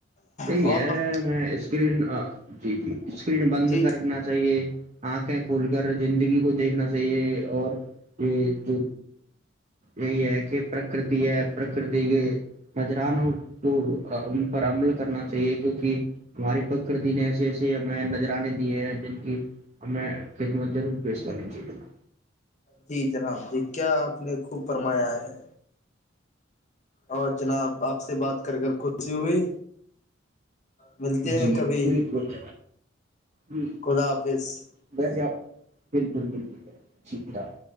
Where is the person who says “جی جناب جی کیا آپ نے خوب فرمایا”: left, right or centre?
Left